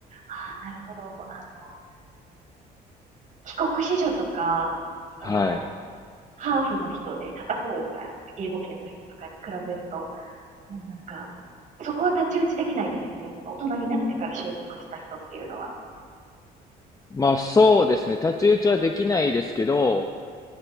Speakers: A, on the right; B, on the left.
A: ああ、なるほど。もう、あの、帰国子女とか、
B: はい。
A: その、ハーフの人で片方が英語圏の人とかに比べると、もうなんか、そこは太刀打ちできないですよね。その大人になってから習得した人っていうのは。
B: まあそうですね。太刀打ちはできないですけど、